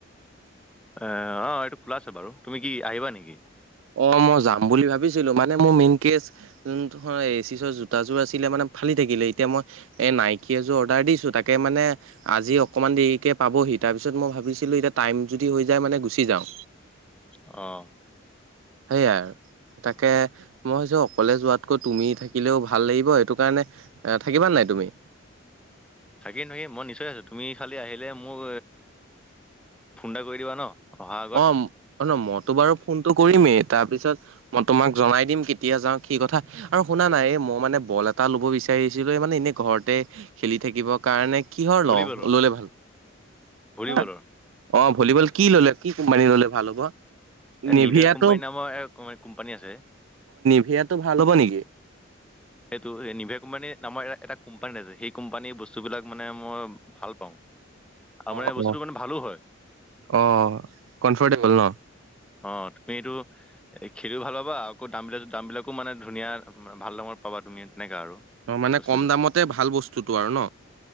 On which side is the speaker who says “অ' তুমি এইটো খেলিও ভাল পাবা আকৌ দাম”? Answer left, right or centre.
Centre